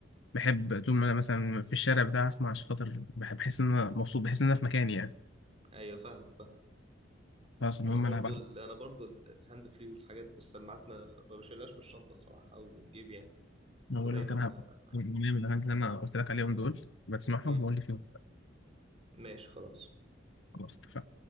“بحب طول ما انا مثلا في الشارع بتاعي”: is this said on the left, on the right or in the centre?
Left